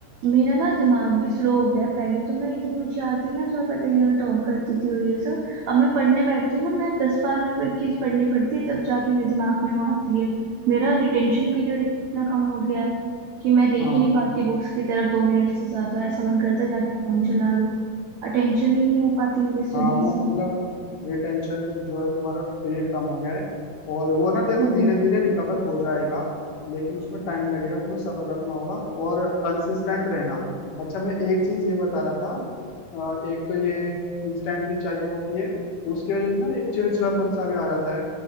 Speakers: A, on the right; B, on the left.
A: मेरा ना दिमाग भी स्लो हो गया है पहले तो मैं इतनी होशियार थी ना तुम्हें पता ही है मैं टॉप करती थी और ये सब अब मैं पढ़ने बैठती हूँ ना मैं दस बार मेरे को एक चीज पढ़नी पड़ती है तब जाके मेरे दिमाग में वो आती है मेरा रिटेंशन पीरियड इतना कम हो गया है कि मैं देख
B: हाँ
A: ही नहीं पाती बुक्स की तरफ दो मिनट से ज्यादा ऐसा मन करता है जाके फोन चला लो अटेंशन ही नहीं हो पाती मेरी स्टडीज
B: हाँ वो
A: में
B: मतलब रिटेंशन जो है तुम्हारा पीरियड कम हो गया है और वो ना देखो
A: हम्म
B: धीरे धीरे रिकवर हो जाएगा लेकिन उसमें टाइम लगेगा तुम्हें सब्र रखना होगा और कंसिस्टेंट रहना अच्छा मैं एक चीज ये बता रहा था अ, एक तो ये इंस्टेंटली चाहिए होती है उसकी वजह से ना एक चिड़चिड़ापन सा भी आ जाता है